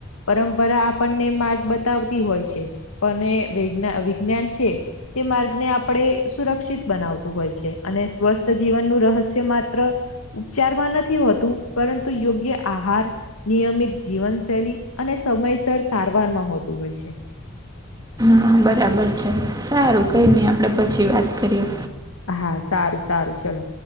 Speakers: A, on the left; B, on the right.
A: પરંપરા આપણને માર્ગ બતાવતી હોય છે. પણ એ વિગ્ન વિજ્ઞાન છે- -તે માર્ગને આપડે સુરક્ષિત બનાવતું હોય છે. અને સ્વસ્થ જીવનનું રહસ્ય માત્ર- ઉપચાર મા નથી હોતું, પરંતુ યોગ્ય આહાર- નિયમિત જીવનશૈલી અને સમયસર સારવારમાં હોતું હોય છે.
B: હા, બરાબર છે, સારું કંઈ નઈ આપણે પછી વાત કરીએ.
A: હા સારું સારું ચલો.